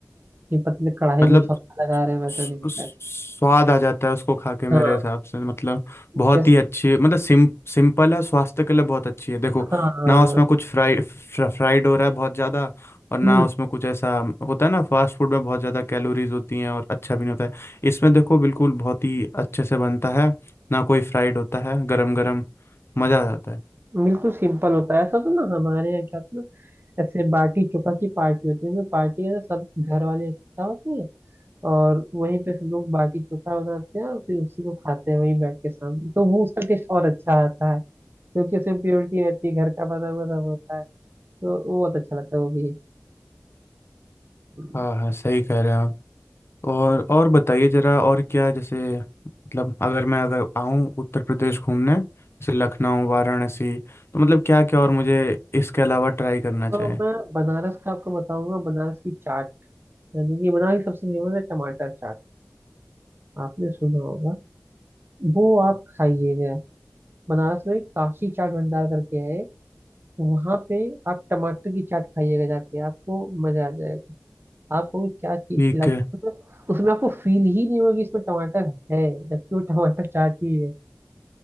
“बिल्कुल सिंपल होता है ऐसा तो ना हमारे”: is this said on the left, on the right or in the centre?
Right